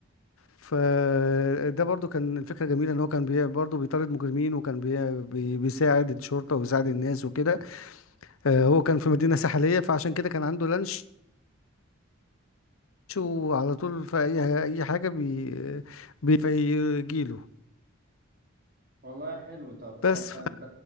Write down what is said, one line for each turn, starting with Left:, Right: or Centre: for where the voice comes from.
Left: فده برضو كان الفكره جميله ان هو كان بي... برضو بيطارد مجرمين وكان بي... بي... بيساعد الشرطه وبيساعد الناس وكده آه، هو كان في مدينه ساحليه فعشان كده كان عنده لانش شو على طول في اي اي حاجه بي بيجيله
Right: والله حلو طب تصدق
Left: بس ف...
Right: انت